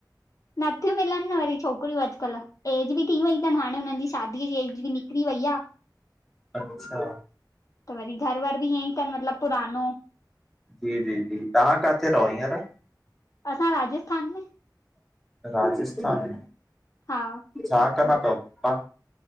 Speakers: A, on the left; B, in the centre.
A: नथियूं मिलन न वरी छोकिरियूं अजकल। ऐज बि थी वई थन हाणे हुनन जी शादीअ जी ऐज बि निकरी वयीया।
B: अच्छा।
A: त वरी घर वर बि ईअं ई तन मतलब पुरानो।
B: जी जी जी, तां काथे रहो हींअर।
A: असां राजस्थान में।
B: राजस्थान,
A: हा
B: छा कंदा तव पपा।